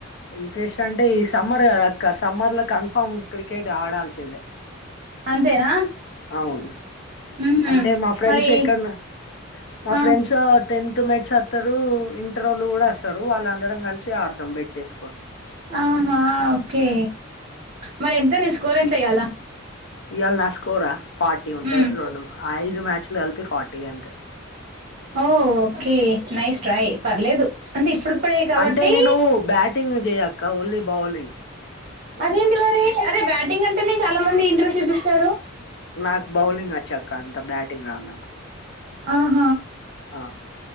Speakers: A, on the left (about 60°); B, on the right (about 40°).
A: ఇంట్రెస్ట్ అంటే ఈ సమ్మర్ కదాక్క సమ్మర్ లో కన్ఫామ్ క్రికెట్ ఆడాల్సిందే
B: అంతేనా
A: అవును
B: మ్మ్
A: అంటే మా ఫ్రెండ్స్
B: మరి
A: ఎక్కడన్నా మా
B: ఆ
A: ఫ్రెండ్స్ టెన్త్ మెట్స్ అత్తరు ఇంటరోల్లు కూడా అస్తారు వాళ్ళు అందరం కలిసి ఆడ్తం బెట్టేసుకోని
B: ఆహా ఓకే మరి ఎంత నీ స్కోర్ ఎంత ఇయ్యాలా
A: ఇవాళ నా స్కోరా ఫార్టీ ఉంటది
B: మ్మ్
A: రెండు ఐదు మ్యాచ్లు కలిపి ఫార్టీ గంతే
B: ఓ ఓకే నైస్ ట్రై పర్లేదు అంటే ఇప్పుడిప్పుడే కాబట్టి
A: అంటే నేను బ్యాటింగ్ చేయక్కా ఓన్లీ బౌలింగ్
B: అదేంటి మరి అరే బ్యాటింగ్ అంటేనే చాలా మంది ఇంట్రెస్ట్ చూపిస్తారు
A: నాకు బౌలింగ్ వచ్చక్క అంత బ్యాటింగ్ రాద్ నాకు
B: ఆహ
A: ఆ